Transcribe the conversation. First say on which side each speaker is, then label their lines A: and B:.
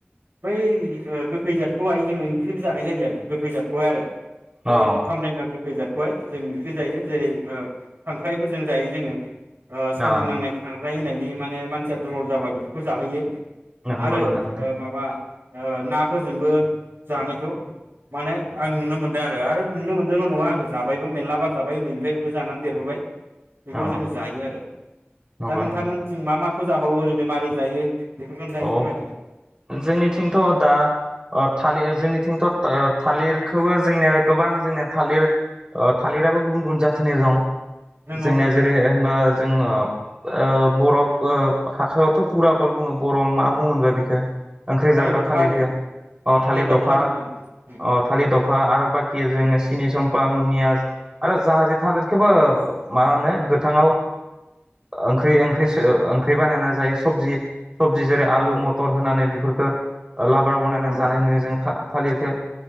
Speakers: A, on the right; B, on the right.
A: बै ओ गोखै जाथखौहाय जोङो ओंख्रिबो जानाय जायो आरो गोखै जाथखौहाय आरो। बे
B: औ
A: खामब्रेंगा गो खै जादखौहाय जों ओंख्रि जायो जेरै ओ खांख्राइफोरजों जायो जोङो। ओ सान्दुं
B: औ
A: नांनाय खार फ्राय होनायनि माने मान जा दुरबल जाबा बेफोरखौ जाहोयो
B: नंगौ
A: आरो
B: नंगौ
A: ओ
B: नोंथां
A: माबा ओ नाफोरजोंबो जानायखौ माने आं नुनो मोनदो आरो आरो नुनो मोनदोल' नङा आं जाबायबो मेरला बार जाबाय उन्दैनिफ्राय बेखौ जानानै देरबोबाय। बेखौ
B: औ
A: जोंङो जायो आरो
B: नंगौ
A: दा नोंथां
B: नंगौ
A: मोनथिं मा मा?? खौ जाबावो ओरैनो मारै जायो। एसे
B: अ
A: फोरमायदो
B: जोंनिथिंथ' दा अ थालिर जोंनिथिंथ''ओ ओ थालिरखोबो जोंनिया गोबां जोंनिया थालिर ओ थालिराबो गुबुन गुबुन जाथिनि दं।
A: नंगौ
B: जोंनिया
A: नोंथां नंगौ
B: जेरै होनबा जोङो ओ बरफ ओ हाखायावथ' फुरा कल बुङो। बर'आव मा बुंगोनबा बेखो ओंख्रि
A: थालिर
B: जाग्रा
A: दावखा
B: थालिरखो
A: होनो
B: अ थालिर
A: दावखा
B: दफा
A: होनो जों उम
B: अ थालिर दफा आरो बाखिया
A: उम
B: जोंनो सिनि सम बा मुनियास आरो जाहाजि थालिरखौबो मा होने गोथांआव ओंख्रि ओंख्रि सो ओंख्रि बानायना जायो सबजि सबजि जेरै आलु
A: नंगौ
B: मथर होनानै बेफोर बो ओ लाब्रा बनायना
A: नंगौ नोंथां
B: जानाय नुयो जों था। थालिरखो